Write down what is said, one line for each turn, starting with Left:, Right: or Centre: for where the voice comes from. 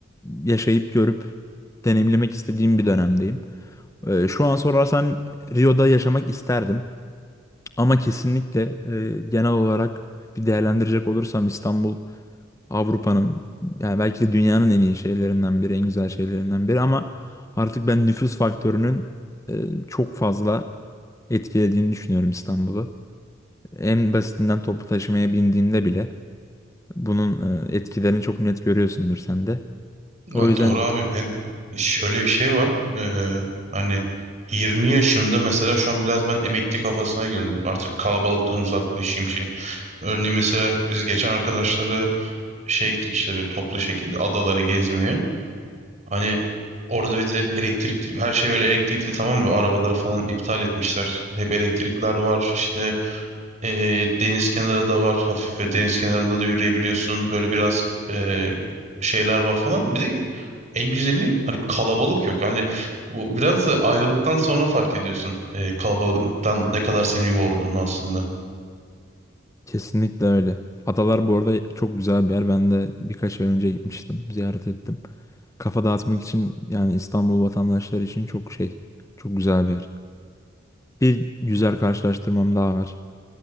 Left: e, yaşayıp görüp deneyimlemek istediğim bir dönemdeyim. E, şu an sorarsan Rio'da yaşamak isterdim. Ama kesinlikle e, genel olarak bir değerlendirecek olursam İstanbul Avrupa'nın yani belki de dünyanın en iyi şehirlerinden biri, en güzel şehirlerinden biri ama artık ben nüfus faktörünün e, çok fazla etkilediğini düşünüyorum İstanbul'u. En basitinden toplu taşımaya bindiğinde bile bunun e, etkilerini çok net görüyorsundur sen de.
Right: Ya
Left: O yüzden
Right: doğru abi. Yani şöyle bir şey var. Ee, hani 20 yaşımda mesela şu an biraz ben emekli kafasına girdim. Artık kalabalıktan uzaklaşayım şey. Örneğin mesela biz geçen arkadaşlarla şey gittik işte bir toplu şekilde adaları gezmeye. Hani orada bir de elektrik her şey böyle elektrikli tamam mı? Arabaları falan iptal etmişler. Hep elektrikler var. işte ee, deniz kenarı da var. Hafif ve deniz kenarında da yürüyebiliyorsun. Böyle biraz ee, şeyler var falan. Bir de en güzeli hani kalabalık yok. Hani bu biraz da ayrılıktan sonra fark ediyorsun. E, kalabalıktan ne kadar seni yorduğunu aslında.
Left: kesinlikle öyle. Adalar bu arada çok güzel bir yer. Ben de birkaç ay önce gitmiştim, ziyaret ettim. Kafa dağıtmak için yani İstanbul vatandaşları için çok şey, çok güzel bir yer. Bir güzel karşılaştırmam daha var.